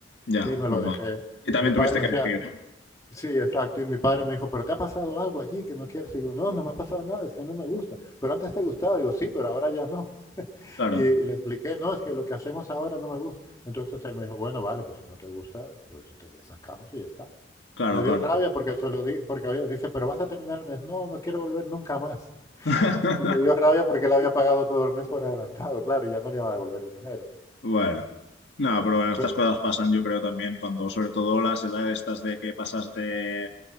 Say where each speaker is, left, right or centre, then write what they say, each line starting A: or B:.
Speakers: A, on the left (about 70°); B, on the left (about 20°).
A: ya,
B: Y me
A: normal.
B: lo dejé.
A: Y también
B: Mi padre
A: tuviste
B: me
A: que
B: decía,
A: elegir, ¿no?
B: Sí, exacto. Y mi padre me dijo, ¿pero te ha pasado algo allí que no quieres? Y digo, no, no me ha pasado nada, es que no me gusta. Pero antes te gustaba. Digo, sí, pero ahora ya no. <laughs>
A: Claro,
B: Y, y le expliqué, no, es que lo que hacemos ahora no me gusta. Entonces él me dijo, bueno, vale, pues si no te gusta, pues te sacamos y ya está.
A: claro,
B: Le dio
A: claro.
B: rabia porque se lo di- porque había, dice, pero vas a terminar el mes. No, no quiero volver nunca más.
A: <laughs>
B: <laughs> Y le dio rabia porque él había pagado todo el mes por adelantado, claro, y ya no le iba a devolver el dinero.
A: Bueno, no, pero bueno, estas
B: Pe-
A: cosas pasan, yo creo también, cuando sobre todo las edades estas de que pasas de,